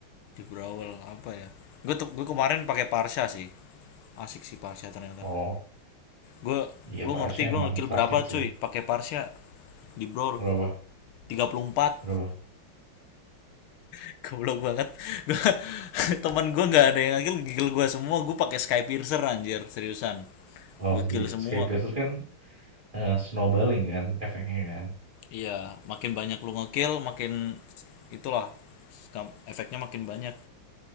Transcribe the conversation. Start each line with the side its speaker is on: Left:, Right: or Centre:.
Left: Di Brawl apa ya? Gue tuh gue kemarin pakai Parsha sih. Asik sih Parsha ternyata.
Right: Oh,
Left: Gue
Right: iya
Left: lu
Right: parasnya
Left: ngerti gue
Right: emang
Left: ngekill
Right: sakit
Left: berapa
Right: sih
Left: cuy
Right: ya.
Left: pakai Parsha di Brawl
Right: Berapa
Left: tiga puluh empat
Right: berapa?
Left: <laughs> Goblok banget. Gua, <laughs> temen gue nggak ada yang ngekill, kill gue semua. Gue pakai Skypiercer anjir, seriusan.
Right: Oh
Left: Gue kill
Right: iya,
Left: semua.
Right: Skypiercer kan, eee, snowballing kan efeknya kan.
Left: Iya, makin banyak lu ngekill, makin itulah skam- efeknya makin banyak.